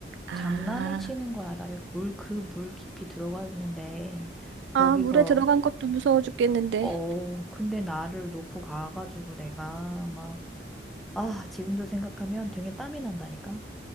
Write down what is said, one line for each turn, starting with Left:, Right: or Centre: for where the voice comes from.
Right: 아,
Centre: 장난을 치는 거야. 나를 물, 그 물 깊이 들어갔는데, 거기서,
Right: 아, 물에 들어간 것도 무서워 죽겠는데.
Centre: 어, 근데 나를 놓고 가가지고 내가 막, 아, 지금도 생각하면 등에 땀이 난다니까?